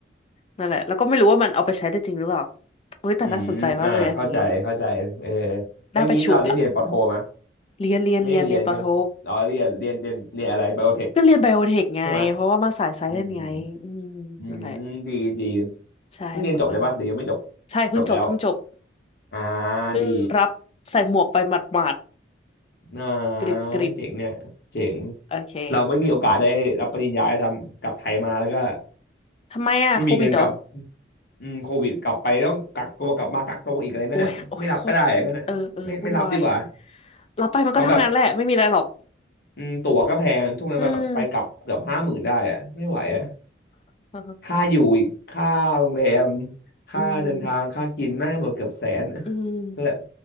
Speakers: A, on the left; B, on the left.
A: นั่นแหละแล้วก็ไม่รู้ว่ามันเอาไปใช้ได้จริงหรือเปล่าเฮ้ยแต่น่าสนใจมากเลยอันนี้
B: อืมอ่าเข้าใจเข้าใจเออแล้วงี้เราได้เรียนปอโทไหม
A: น่าไปชุบอะเรียนเรียนเรียนเรียนปอโท
B: ไม่ได้เรียนใช่ไหมอ๋อเรียนเรียนเรียนเรียนอะไรไบโอเทค
A: ก็เรียนไบโอเทคไงเพราะว่ามาสายไซเอนไงอืมนั่นแหละ
B: ใช่ไหมอืมอืมดีดี
A: ใช่ประมาณนี้
B: เพิ่งเรียนจบเลยปะหรือยังไม่จบ
A: ใช่เพิ่งจบเพิ่งจบ
B: จบแล้วอ่า
A: เพิ่งรับใส่หมวกไปหมาด
B: ดีอ่า
A: ๆกริบกริบ
B: เจ๋งเนี่ยเจ๋ง
A: โอเค
B: เราไม่มีโอกาสได้รับปริญญาทำกลับไทยมาแล้วก็
A: ทำไมอะโควิดเหรอ
B: ไม่มีเงินกลับอืมโควิดกลับไปต้องกักตัวกลับมากักตัวอีกอะไรนั่นน่ะไม่รับก็ได้งั้นน่ะไม่ไม่รับดีกว่า
A: โอ้ยโอ้ยโคตรอืมเออเออวุ่นวายรับไปมันก็ทำงานแหละไม่มีอะไรหรอก
B: เพราะแบบอืมตั๋วก็แพงช่วงนั้นแบบไปกลับเกือบห้าหมื่นได้อะไม่ไหวอะ
A: อืม <laughs>
B: ค่าอยู่อีกค่าโรงแรมค่าเดินทางค่ากินน่าจะหมดเกือบแสน
A: อืมอืม
B: <laughs> แบบ